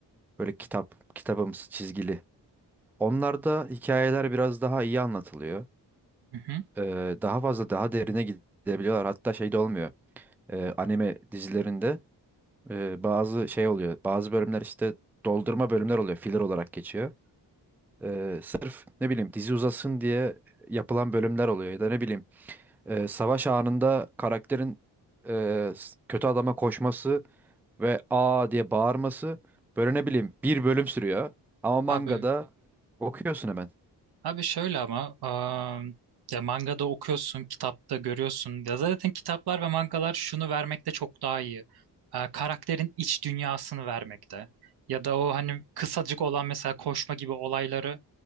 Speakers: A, in the centre; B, on the right.
A: Böyle kitap, kitabımsı çizgili. Onlarda hikayeler biraz daha iyi anlatılıyor.
B: Hı hı.
A: Eee, daha fazla daha derine gidebiliyorlar. Hatta şey de olmuyor. Eee, anime dizilerinde. Ee, bazı şey oluyor. Bazı bölümler işte doldurma bölümler oluyor. Filler olarak geçiyor. Ee, sırf ne bileyim dizi uzasın diye yapılan bölümler oluyor. Ya da ne bileyim e, savaş anında karakterin e, s- kötü adama koşması ve aa diye bağırması böyle ne bileyim bir bölüm sürüyor. Ama mangada
B: Abi
A: okuyorsun hemen.
B: Abi şöyle ama am, ya mangada okuyorsun, kitapta görüyorsun. Ya zaten kitaplar ve mangalar şunu vermekte çok daha iyi. Ee, karakterin iç dünyasını vermekte. Ya da o hani kısacık olan mesela koşma gibi olayları